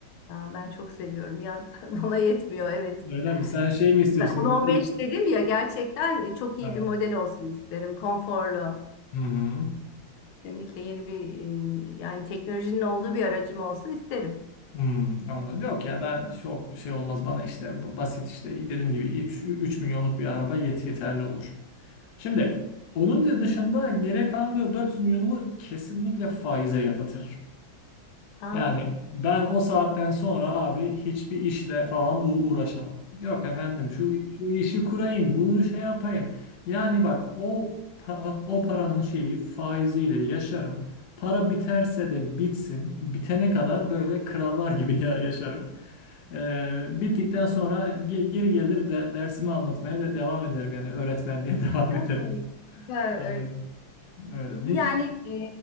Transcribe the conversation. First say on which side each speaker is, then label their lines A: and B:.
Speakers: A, on the left; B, on the left.
A: Aa, ben çok seviyorum. Yani <laughs> bana yetmiyor evet.
B: Öyle mi? Sen şey mi istiyorsun
A: Ben 10-15
B: böyle üç...
A: dedim ya gerçekten e, çok
B: Ha.
A: iyi bir model olsun isterim. Konforlu.
B: Hı hı.
A: Kesinlikle yeni bir e, yani teknolojinin olduğu bir aracım olsun isterim.
B: Hmm, anladım. Yok ya ben çok şey olmaz bana işte b- basit işte dediğim gibi üç üç milyonluk bir araba yet yeterli olur. Şimdi onun da dışında geri kalan diyor 400 milyonumu kesinlikle faize yatırırım.
A: Aa.
B: Yani ben o saatten sonra abi hiçbir işle falan u- uğraşamam. Yok efendim şu şu işi kurayım, bunu şey yapayım. Yani bak o pa- o paranın şeyi faiziyle yaşarım. Para biterse de bitsin. Bitene kadar böyle krallar gibi <laughs> ya- yaşarım. Ee, bittikten sonra ge- geri gelir de dersimi anlatmaya de devam ederim yani öğretmenliğe <laughs> devam
A: Ha,
B: ederim
A: ben
B: Evet.
A: öyle-
B: Aynen,
A: Yani
B: hiç.
A: e,